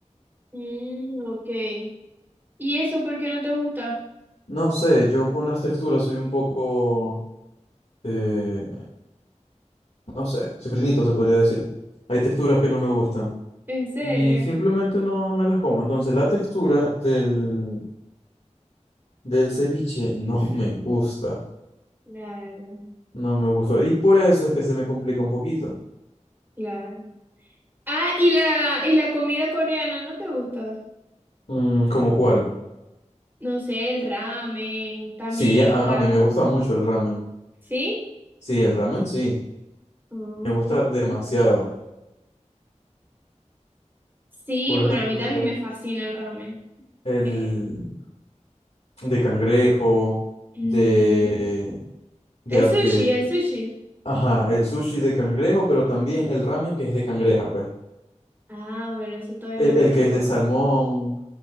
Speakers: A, on the right (about 15°); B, on the left (about 60°).
A: Mm, ok. ¿Y eso por qué no te gusta?
B: No sé, yo con las texturas soy un poco, eh, no sé, sifrinito se podría decir. Hay texturas que no me gustan
A: ¿En serio?
B: y simplemente no, no me las como. Entonces, la textura del, del ceviche no me gusta.
A: Claro,
B: No me gustó Y por eso es que se me complica un poquito.
A: claro. Ah, y la, y la comida coreana, ¿no te gusta?
B: Mm, ¿cómo cuál?
A: No sé, el ramen también
B: Sí, a,
A: está.
B: a mí me gusta mucho el ramen.
A: ¿Sí?
B: Sí, el ramen sí.
A: Mm,
B: Me gusta demasiado.
A: Sí,
B: Por
A: bueno,
B: ejemplo,
A: a mí también me fascina el ramen.
B: el
A: Eh,
B: de cangrejo,
A: ujú.
B: de, de,
A: El
B: a-
A: sushi,
B: de-
A: el sushi.
B: ajá, el sushi de cangrejo, pero también el ramen que es de cangreja, pues.
A: Ah, bueno, ese todavía
B: El,
A: no lo
B: el
A: he
B: que
A: probado.
B: es de salmón,